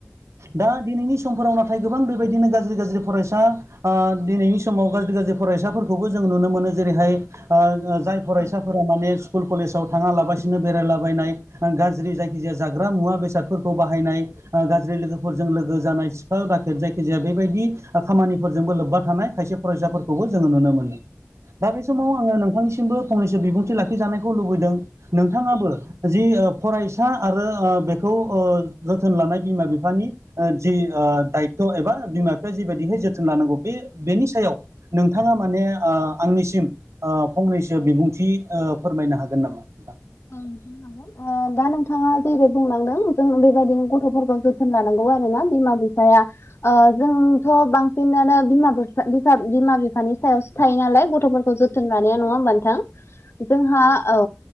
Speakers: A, on the right; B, on the left.
A: दा दिनैनि समफोराव नाथाय गोबां बेबायदिनो गाज्रि गाज्रि फरायसा दिनैनि समाव गाज्रि गाज्रि फरायसाफोरखौबो जों नुनो मोनो जेरैहाय जाय फरायसाफोरा
B: औ
A: माने स्कुल कलेजाव थाङालाबासिनो बेरायलाबायनाय गाज्रि जायखिजाया जाग्रा मुवा बेसादफोरखौ बाहायनाय गाज्रि लोगोफोरजों लोगो जानाय सिखाव दाखेेद जायखिजाया बेबायदि खामानिफोरजोंबो लोब्बा थानाय खायसे फरायसाफोरखौबो जोङो नुनो मोनो। दा बे समाव
B: औ
A: आङो नोंथांनिसिमबो फंनैसो बिबुंथि लाखिजानायखौ लुबैदों नोंथाङाबो जि फरायसा आरो बेखौ जोथोन लानाय बिमा बिफानि जि दायथ' एबा बिमा बिफाया जिबायदिहाय जोथोन लानांगौ बे बेनि सायाव नोंथाङा माने आंनिसिम फंनैसो बिबुंथि फोरमायनो हागोन नामा नोंथां?
B: औ नोंथां दा नोंथाङा जेरै बुंलांदों जों बेबायदिनो गथ'फोरखौ जोथोन लानांगौ आरोना बिमा बिफाया जोंथ' बां सिनानो बिमा बिफा-बिफा बिमा बिफानि सायावसो थायो नालाय गथ'फोरखौ जोथोन लानाया नङा होमबा नोंथां जोंहा औ